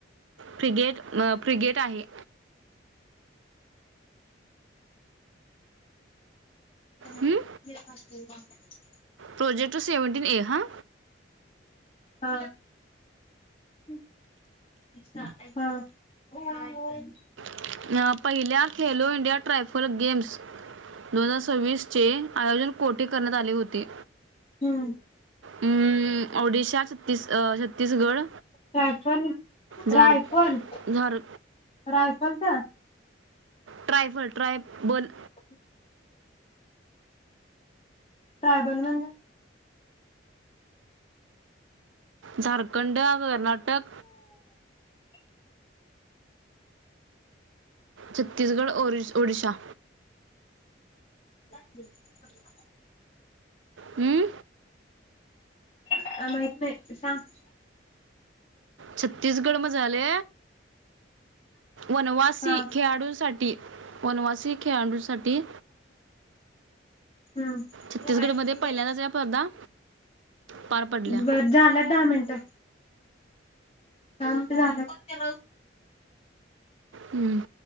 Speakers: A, on the right; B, on the left.
A: फ्रीगेट फ्रीगेट आहे.
B: <inaudible>
A: हम्म? प्रोजेक्ट सेवनटीन ए हा
B: हा <unintelligible>
A: <unintelligible> पहिल्या खेलो इंडिया ट्रायफल गेम्स दोन हजार सव्वीसचे आयोजन कोठे करण्यात आले होते.
B: हम्म
A: हम्म ओडिशा छत्तीस अ छत्तीसगड
B: रायफनी
A: झार
B: रायफल
A: झार
B: रायफलचा
A: ट्रायफल ट्रायबल
B: <inaudible> ट्रायबल म्हणजे?
A: झारखंड, कर्नाटक छत्तीसगड ओरिस ओडिसा
B: बघ की <unintelligible>
A: हूं
B: काय माहीत नाय ते सांग
A: छत्तीसगड म झाले वनवासी
B: हा
A: खेळाडूंसाठी वनवासी खेळाडूंसाठी
B: हम्म ते
A: छत्तीसगडमध्ये
B: हायच की नी
A: पहिल्यांदाच या स्पर्धा पार पडल्या
B: बर झाला दहा मिनटं. दहा मिनिटं झालंत.
A: हम्म